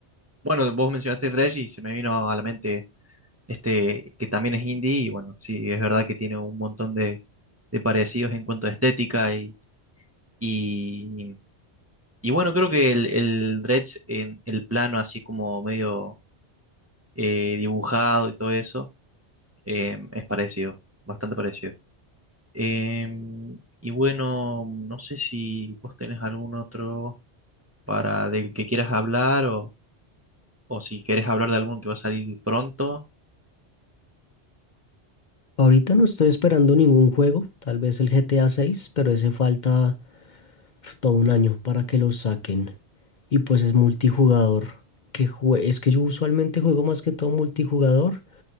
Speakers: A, on the right; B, on the left.
A: Bueno, vos mencionaste Dredge y se me vino a la mente este que también es indie y bueno, sí, es verdad que tiene un montón de, de parecidos en cuanto a estética y, y, y bueno, creo que el, el Dredge en el plano así como medio eh, dibujado y todo eso eh, es parecido, bastante parecido. Em, y bueno, no sé si vos tenés algún otro para del que quieras hablar o, o si querés hablar de alguno que va a salir pronto.
B: Ahorita no estoy esperando ningún juego, tal vez el GTA 6, pero ese falta uf, todo un año para que lo saquen. Y pues es multijugador. Que jue- es que yo usualmente juego más que todo multijugador.